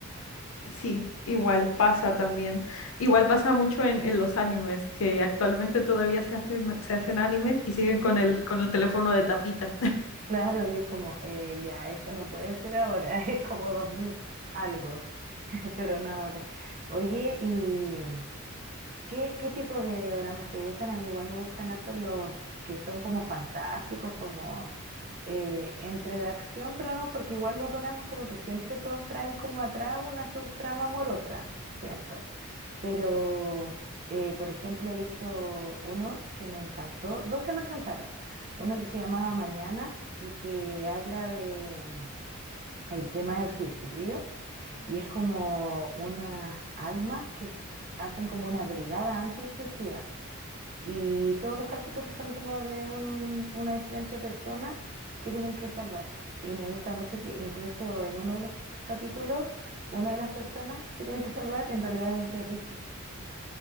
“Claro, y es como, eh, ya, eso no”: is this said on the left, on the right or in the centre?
Right